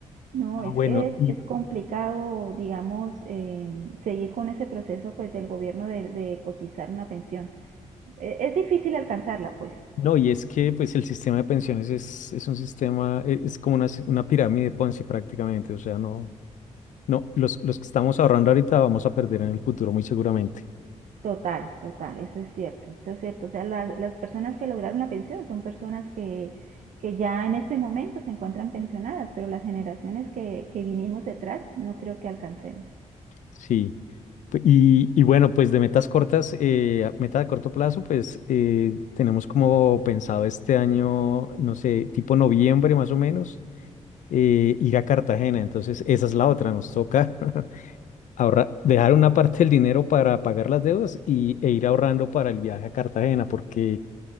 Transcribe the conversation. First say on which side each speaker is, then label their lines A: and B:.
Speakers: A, on the right; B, on the left.
A: No,
B: Ah,
A: es
B: bueno,
A: que es,
B: y
A: es complicado, digamos, eh, seguir con ese proceso pues del gobierno de, de cotizar una pensión. E- Es, difícil alcanzarla, pues.
B: no, y es que pues el sistema de pensiones es, es un sistema, e- es como una, si- una pirámide Ponzi prácticamente, o sea, no, no, los, los que estamos ahorrando ahorita vamos a perder en el futuro muy seguramente,
A: Total, total, eso es cierto, eso es cierto. O sea, la- las personas que lograron la pensión son personas que, que ya en este momento se encuentran pensionadas, pero las generaciones que, que vinimos detrás no creo que alcancemos.
B: sí. P- Y, y bueno, pues de metas cortas, eh, a- meta de corto plazo, pues eh, tenemos como pensado este año, no sé, tipo noviembre más o menos, eh, ir a Cartagena, entonces esa es la otra, nos toca. <laughs> ahorrar, dejar una parte del dinero para pagar las deudas y, e ir ahorrando para el viaje a Cartagena, porque,